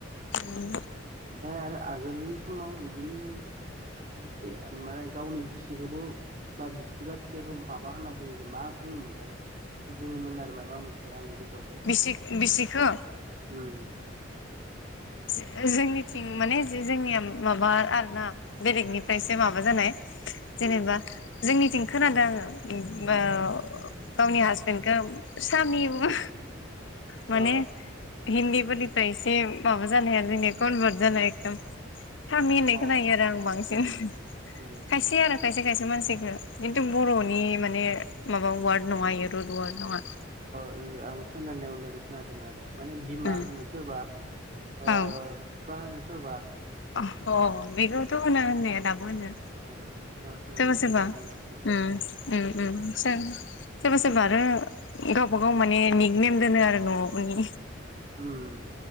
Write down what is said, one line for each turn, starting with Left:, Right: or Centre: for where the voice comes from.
Left: उम
Right: ओमफ्राय आरो आगोलनि समाव बिदिनो एसे माने गावनि बिसिखौबो बा बिसि बा फिसायखौ माबा होनना बुङों मा बुङोमोनथाय बुङोमोन आरो माबा मोनसे आं गोसो सोआव फैआखै
Left: बिसि बिसिखो
Right: उम
Left: जो जोंनिथिं माने जोंनिया माबा आरो ना बेलेगनि माबा जानाय जेनेबा
Right: उम
Left: जोंनिथिं खोनादों आङो उम ओ गावनि हासबेन्डखौ सामि बुङो माने
Right: औ
Left: हिन्दी फोरनिफ्राय एसे माबा जानाय आरो जोंनिया कनभारट जानाय एकदम सामि होननाय खोनायो
Right: अ
Left: आरो आं बांसिन
Right: उम
Left: खायसे आरो खायसे खायसे मानसिखौ खिन्थु बर'नि माने माबा वार्ड नङा इयो रुद वार्ड नङा
Right: ओ आं खोनानायाव नोरै खोनादों आरो माने बिमा
Left: उम
Right: होनो सोरबा ओ
Left: औ
Right: बिफा होनो सोरबा
Left: अ बेखौथ' होनो होननाया दाबो होनो
Right: उम
Left: सोरबा
Right: बिदि
Left: सोरबा
Right: होननानै गाबज्रियो
Left: उम उम उम सोर सोरबा सोरबा आरो गावबाागाव माने निक नेम दोनो आरो न'नि
Right: उम